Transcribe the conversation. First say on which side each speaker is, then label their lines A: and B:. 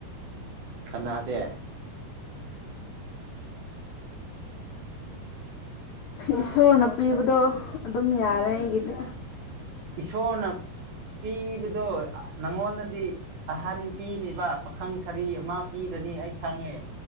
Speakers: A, on the right; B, on the left.
A: ꯈꯅꯗꯦ
B: ꯏꯁꯣꯔꯅꯥ ꯄꯤꯕꯗꯣ ꯑꯗꯨꯝ ꯌꯥꯔꯦ ꯑꯩꯒꯤꯗꯤ
A: ꯏꯁꯣꯔꯅ ꯄꯤꯕꯗꯣ ꯅꯪꯉꯣꯟꯗꯗꯤ ꯑꯍꯟ ꯄꯤꯅꯦꯕ ꯄꯥꯈꯪ ꯁꯥꯔꯤ ꯑꯃ ꯄꯤꯔꯅꯤ ꯑꯩ ꯈꯪꯉꯦ